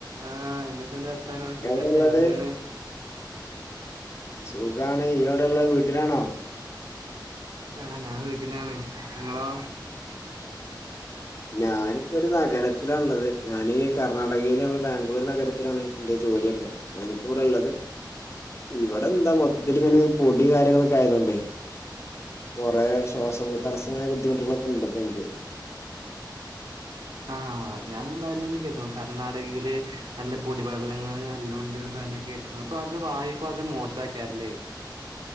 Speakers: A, on the right; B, on the left.
A: ആ എന്തൊക്കെയുണ്ട് വർത്താനം സുഖല്ലേ
B: എവിടെള്ളത്
A: എവിടെയാണ്
B: സുഖാണ് ഈയ് എവിടെ ഉള്ളത് വീട്ടിലാണോ
A: ആ ഞാൻ വീട്ടിലാണ് നിങ്ങളോ
B: ഞാനിപ്പോ ഒരു നഗരത്തിലാ ഉള്ളത് ഞാന് കർണാടകയില് നമ്മള് ബാംഗ്ലൂർ നഗരത്തിലാണ് എന്റെ ജോലിയൊക്കെ ഞാനിപ്പോ ഇവിടെ ഉള്ളത് ഇവിടെ എന്താ മൊത്തത്തിൽ ഇങ്ങനെ പൊടി കാര്യങ്ങളൊക്കെ ആയതൊണ്ടേ കൊറെ ശ്വാസവും തടസ്സമായ
A: ആഹ്
B: ബുദ്ധിമുട്ടുകളൊക്കെ ഉണ്ട്പ്പോ എനിക്ക്
A: ആ ഞാൻ പറഞണ്ട്കേട്ടിണ്ട് കർണാടകയില് നല്ല പൊടിപലങ്ങൾ എല്ലാം ഉണ്ട്ന്ന് കേട്ടിണ്ട് അപ്പൊ അത് വായുക്ക് വളരെ മോശാക്കാരല്ലെ